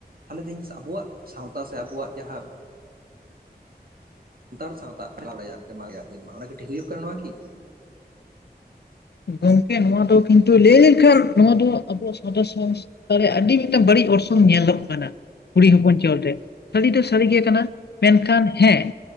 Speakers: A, on the right; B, on the left.
A: ᱛᱟᱦᱚᱞᱮ ᱛᱮᱦᱮᱧ ᱟᱵᱚᱣᱟᱜ ᱥᱟᱶᱛᱟ ᱥᱮ ᱟᱵᱚᱣᱟᱜ ᱡᱟᱦᱟᱸ? ᱥᱟᱱᱛᱟᱲ ᱥᱟᱶᱛᱟ <unintelligible> ᱢᱟᱨᱭᱟᱜ ᱫᱤᱱ ᱢᱟ ᱚᱱᱟᱠᱤ ᱴᱷᱤᱠ ᱦᱩᱭᱩᱜ ᱠᱟᱱᱟ ᱱᱚᱣᱟ ᱠᱤ?
B: ᱜᱚᱝᱠᱮ ᱱᱚᱣᱟ ᱫᱚ ᱠᱤᱱᱛᱩ ᱞᱟᱹᱭ ᱞᱮᱠᱷᱟᱱ ᱱᱚᱣᱟ ᱫᱚ ᱟᱵᱚ ᱥᱚᱫᱚᱨ ᱛᱟᱦᱚᱞᱮ ᱟᱹᱰᱤ ᱢᱤᱫᱴᱟᱝ ᱵᱟᱹᱲᱤᱡ ᱚᱨᱥᱚᱝ ᱧᱮᱞᱚᱜ ᱠᱟᱱᱟ ᱠᱩᱲᱤ ᱦᱚᱯᱚᱱ ᱪᱚᱞ ᱨᱮ᱾ ᱥᱟᱹᱨᱤ ᱫᱚ ᱥᱟᱹᱨᱤ ᱜᱮ ᱠᱟᱱᱟ ᱢᱮᱱ ᱠᱷᱟᱱ ᱦᱮᱸᱼᱼ